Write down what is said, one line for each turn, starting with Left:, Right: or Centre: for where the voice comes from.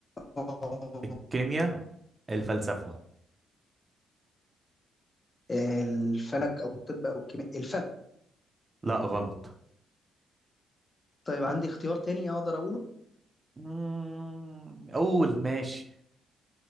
Left: اه
Right: الكيمياء الفلسفة
Left: آه، الفلك او الطب او الكيمياء الفلك
Right: لا غلط
Left: طيب عندي اختيار تاني اقدر اقوله
Right: مم، قول ماشي